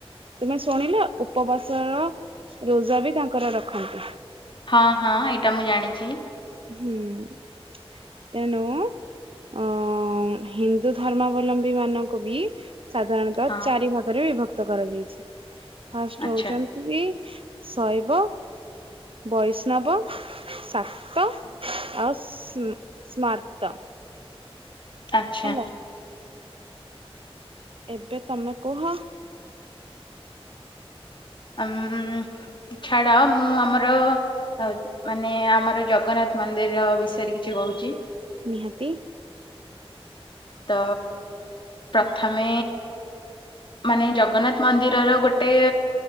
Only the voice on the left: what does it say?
ହଁ ହଁ ଏଇଟା ମୁଁ ଜାଣିଚି।
ହଁ
ଆଚ୍ଛା
ଆଚ୍ଛା
ଉଁ ଛାଡ ମୁଁ ଆମର ଆଉ ମାନେ ଆମର ଜଗନ୍ନାଥ ମନ୍ଦିର୍ ର ବିଷୟରେ କିଛି କହୁଛି।
ତ ପ୍ରଥମେ ମାନେ ଜଗନ୍ନାଥ ମନ୍ଦିରର ଗୋଟେ